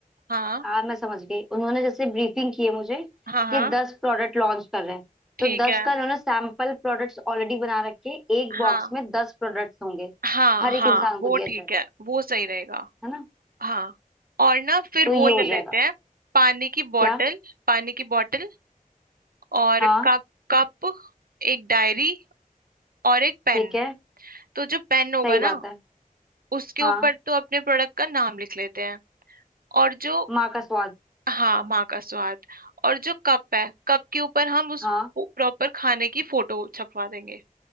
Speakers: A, on the right; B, in the centre.
A: हाँ
B: हाँ मैं समझ गई उन्होंने जैसे ब्रीफिंग की है मुझे
A: हाँ हाँ
B: कि दस प्रोडक्ट लॉन्च कर रहे हैं
A: ठीक
B: तो दस
A: है
B: का उन्होंने सैंपल प्रोडक्ट्स ऑलरेडी बना रखे हैं। एक बॉक्स
A: हाँ
B: में दस प्रोडक्ट्स होंगे
A: हाँ
B: हर एक
A: हाँ
B: इंसान
A: वो
B: को दिया
A: ठीक
B: जाएगा
A: है वो सही रहेगा
B: है ना
A: हाँ और ना फिर
B: तो
A: वो
B: ये
A: ले
B: हो
A: लेते
B: जाएगा
A: हैं पानी की बोतल
B: क्या
A: पानी की बोतल और
B: हाँ
A: कप कप एक डायरी और एक पेन
B: ठीक है
A: तो जो पेन होगा
B: सही
A: ना
B: बात है
A: उसके
B: हाँ
A: ऊपर तो अपने प्रोडक्ट का नाम लिख लेते हैं और जो
B: माँ का स्वाद
A: हाँ माँ का स्वाद और जो कप है कप के ऊपर हम उस
B: हाँ
A: प्रॉपर खाने की फोटो छपवा देंगे